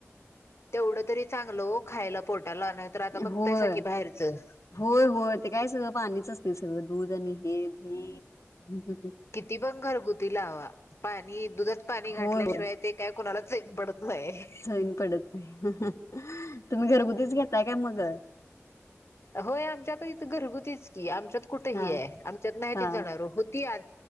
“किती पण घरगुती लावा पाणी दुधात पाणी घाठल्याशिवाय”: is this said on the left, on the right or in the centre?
Left